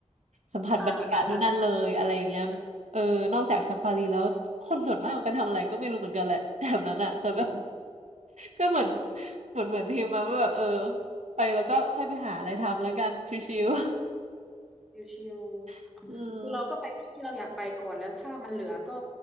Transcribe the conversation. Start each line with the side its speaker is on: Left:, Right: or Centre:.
Right: สัมผัสบรรยากาศที่นั่นเลยอะไรอย่างเงี้ยเออนอกจากซาฟารีแล้วคนส่วนมากไปทำอะไรก็ไม่รู้เหมือนกันแหละแถบนั้นอะแต่แบบ
Centre: อ่าอ่าหลักเออใช่
Right: ก็เหมือนเหมือนเหมือนพิมพ์มาว่าแบบเออไปแล้วก็ค่อยไปหาอะไรทำแล้วกันชิว
Centre: ชิวๆคือเราก็ไปที่ที่เราอยากไปก่อนแล้วถ้ามันเหลือก็
Right: ๆ <laughs> อืม